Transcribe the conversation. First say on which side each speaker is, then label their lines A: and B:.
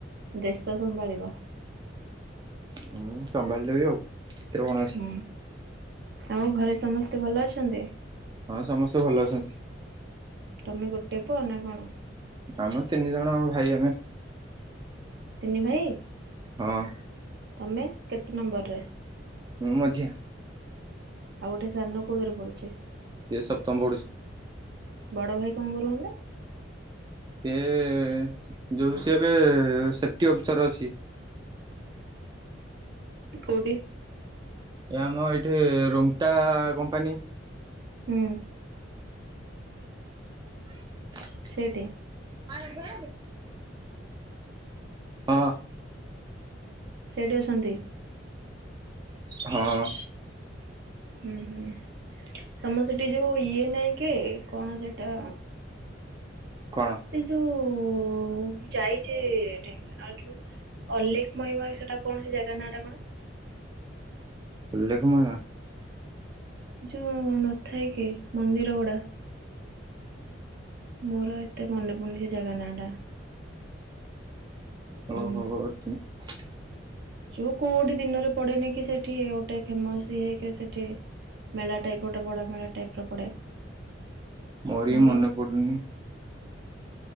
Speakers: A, on the right; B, on the right.
A: ଦେଶ ସମ୍ଭାଳିବ।
B: ହୁଁ ସମ୍ଭାଳି ଦେବି ଆଉ ସେଥିରେ କଣ ଅଛି।
A: ହୁଁ ଆଉ ଘରେ ସମସ୍ତେ ଭଲ ଅଛନ୍ତି?
B: ହଁ ସମସ୍ତେ ଭଲ ଅଛନ୍ତି।
A: ତମେ ଗୋଟେ ପୁଅ ନା କଣ?
B: ଆମେ ତିନି ଜଣ ଆମ ଭାଇ ଆମେ।
A: ତିନି ଭାଇ?
B: ହଁ।
A: ତମେ କେତେ ନମ୍ବରରେ?
B: ମୁଁ ମଝିଆ।
A: ଆଉ ଗୋଟେ ସାନ କୋଉଇଅର୍ ରେ ପଡୁଛି?
B: ସିଏ ସପ୍ତମ ବଢୁଛି।
A: ବଡ ଭାଇ କଣ କରୁହନ୍ତା?
B: ସିଏ ଯୋଉ ସିଏ ଏବେ ସେଫଟି ଅଫିସର ଅଛି।
A: କଉଠି?
B: ଏ ଆମ ଏଇଠି ରୋମ୍ଟା କମ୍ପାନୀ।
A: ହୁଁ।
B: <inaudible>
A: ସେଇଠି।
B: <inaudible> ହଁ।
A: ସେଇଠି ଅଛନ୍ତି।
B: ହଁ।
A: ହୁଁ ହୁଁ। ତମର ସେଠି ଯୋଉ ଇଏ ନାହିଁ କେ କଣ ସେଟା
B: କଣ?
A: ଏ ଯୋଉ ମୁଁ ଯାଇଛି ଢେଙ୍ଗନଳରୁ ଅଲଲେଖମହିମା ସେଟା କୌଣସି ଜାଗା ନାଁଟା କଣ?
B: ଲେଲଖମହିମା।
A: ଯୋଉ ନଥାଏ କି ମନ୍ଦିର ଗୁଡା ମୋର ଏତେ ମନେ ପଡୁନି ସେ ଜାଗା ନାଁ ଟା।
B: ଓ
A: ଉଁ
B: ହୋ <unintelligible>
A: ଯୋଉ କୋଉଠି ଦିନରେ ପଡେନି କି ସେଠି ଗୋଟେ ଫେମସ ଏ ହେକ ସେଠି ମେଳା ଟାଇପ୍ ଗୋଟେ ବଡା ମେଳା ଟାଇପ୍ ର ପଡେ।
B: ମୋରି
A: ମୋର
B: ମନପଡୁନି।